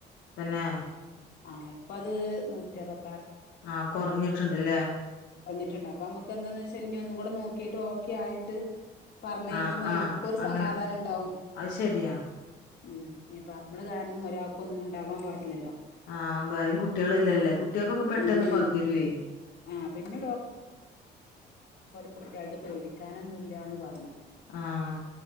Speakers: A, on the left; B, on the left.
A: പിന്നെ
B: ആ ഇപ്പ അത് നൂറ്റി പ
A: ആ കൊറഞ്ഞിട്ടുണ്ടല്ലേ
B: ട്ടണ്ട് അപ്പ നമ്മക്ക് എന്താന്ന് വെച്ചാല് ഇനി ഒന്നും കൂടെ നോ കീട്ട് ഓക്കെ ആയിട്ട് പറഞ്ഞ് കേക്കുമ്പോ
A: ആഹ് ആഹ്
B: ഞമ്മുക്കൊരു
A: അങ്ങനെ
B: സമാധാനണ്ടാവും
A: അത് ശെരിയാ
B: ഉം ഇനിയിപ്പ നമ്മള് കാരണം ഒരാൾക്ക് ഒന്നും ഉണ്ടാവാൻ പാടില്ലല്ലോ.
A: ആഹ് വേറെയും കുട്ടികള ഇല്ലല്ലേ കുട്ടികൾക്കൊക്കെ പെട്ടെന്ന്
B: ഉം
A: പകരുവേ.
B: ആ പിന്നെ കുട്ടിയാൾത് പേടിക്കാനൊന്നുമില്ലാന്ന് പറഞ്ഞു.
A: ആഹ്.